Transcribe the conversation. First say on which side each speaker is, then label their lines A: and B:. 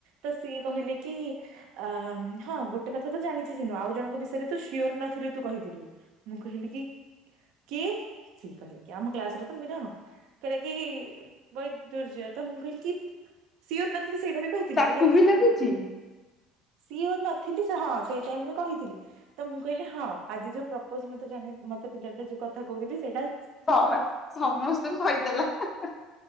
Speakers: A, on the right; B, on the left.
A: ତ ସିଏ କହିଲେ କି ଆମ୍ ହଁ ଗୋ ଗୋଟେ କଥା ତ ଜାଣିଚି ସିନୁ ଆଉ ଜଣଙ୍କ ବିଷୟରେ ତୁ ସିଓର୍ ନଥିଲୁ ତୁ କହିଥିଲୁ, ମୁଁ କହିଲି କି କିଏ ସିଏ କହିଲା କି ଆମ କ୍ଲାସ୍ ର ତ ମିର କହିଲା କି ବୈଦୁର୍ଯ୍ୟ ତ ମୁଁ କହିଲି କି ସିଓର୍ ନଥିଲି ସେଇଟା ବି କହି ଥିଲି
B: ତାକୁ
A: କଇଲା କି
B: ବି
A: ହଁ
B: ଲାଗୁଛି
A: ସିଓର୍ ନଥିଲି ସେ ହଁ ସେଇ ଟାଇମ୍ ରେ କହିଥିଲି। ତ ମୁଁ କହିଲି ହଁ ଆଜି ଯୋଉ ପ୍ରପୋଜ୍ ମତେ ଜଣେ ମତେ ପିଲାଟା ଯୋଉ କଥା କହୁଥିଲି ସେଟା
B: ହଁ ବା ସମସ୍ତଙ୍କୁ କହିଦେଲା ହାଁ ହାଁ